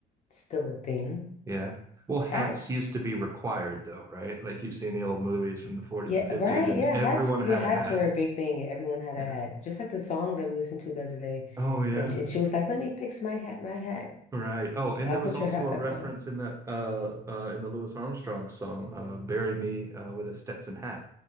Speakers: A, on the left (about 45°); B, on the right (about 20°).
A: still a thing.
B: Yeah. Well, hats
A: Hats.
B: used to be required though, right? Like you've seen the old movies from the 40s
A: Yeah,
B: and 50s,
A: right.
B: and
A: Yeah,
B: everyone
A: hats. Yeah,
B: had
A: hats
B: a hat.
A: were a big thing. Everyone had
B: Yeah.
A: a hat. Just like the song that we listened to the other day.
B: Oh yeah.
A: And, sh- and she was like, let me fix my hat, my hat.
B: Right. Oh, and
A: I'll
B: there
A: put
B: was also
A: your hat
B: a
A: back
B: reference in that uh uh in the Louis Armstrong song, uh, Bury Me uh, with a Stetson hat.